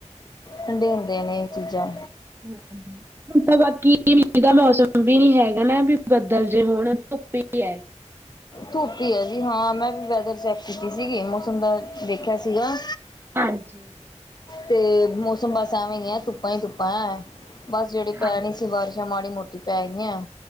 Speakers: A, on the left (about 35°); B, on the right (about 20°).
A: ਠੰਡੇ ਹੁੰਦੇ ਨੇ ਇਹ ਚੀਜ਼ਾਂ
B: ਹਮ ਹੁਣ ਤਾਂ ਬਾਕੀ ਦਾ, ਮੌਸਮ ਵੀ ਨੀ ਹੈਗਾ ਨਾ ਵੀ ਬੱਦਲ ਜੇ ਹੋਣ, ਧੁੱਪ ਹੀ ਹੈ।
A: ਧੂਪੀ ਹੈ ਜੀ, ਹਾਂ ਮੈਂ ਵੀ ਵੈਦਰ ਚੈੱਕ ਕੀਤੀ ਸੀਗੀ, ਮੌਸਮ ਦਾ ਦੇਖਿਆ ਸੀਗਾ।
B: ਹਾਂਜੀ
A: ਤੇ ਮੌਸਮ ਬਸ ਐਵੇਂ ਹੀ ਹੈ, ਤੁੁੱਪਾ ਹੀ ਤੁੁੱਪਾ ਹੈ, ਬਸ ਜਿਹੜੀ
B: ਹਾਂ
A: ਪੈਣੀ ਸੀ ਬਾਰਿਸ਼ ਹੁਣ ਮਾੜੀ ਮੋਟੀ ਪੈ ਗਈਆਂ,